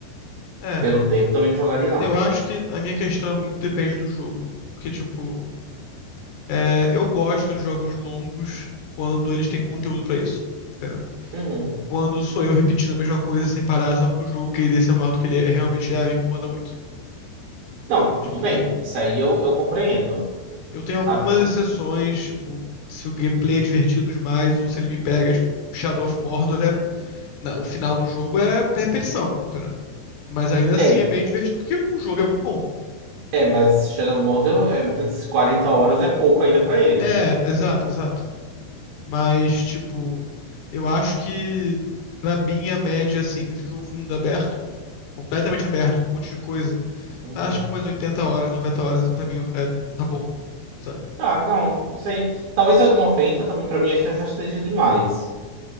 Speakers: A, on the left (about 75°); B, on the right (about 70°).
A: É.
B: pelo tempo também não jogaria, não.
A: Eu acho que a minha questão é muito depende do jogo. Porque, tipo, é, eu gosto de jogos longos quando eles têm conteúdo pra isso. Entendeu?
B: Uhum.
A: Quando sou eu repetindo a mesma coisa sem parar só porque o jogo queria ser maior do que ele é- realmente é, me incomoda muito.
B: Não, tudo
A: Tipo,
B: bem. Isso aí eu, eu compreendo,
A: Eu tenho
B: sabe?
A: algumas
B: Por-
A: exceções, tipo, se o gameplay é divertido demais ou se ele me pega, tipo, Shadow of Mordor é na- o final do jogo é repetição, entendeu? Mas ainda assim
B: É,
A: é bem divertido porque o jogo é muito bom.
B: é, mas Shadow Mordor, é, <laughs> 40 horas é pouco ainda pra ele.
A: É, exato, exato. Mas tipo, eu acho que pra mim a média assim, se o jogo for mundo aberto, completamente aberto com um monte de coisa,
B: Uhum.
A: acho que umas 80 horas, 90 horas pra mim é, tá bom, sabe?
B: Ah, não, não sei. Talvez eu- 90 também pra mim acho que já esteja demais,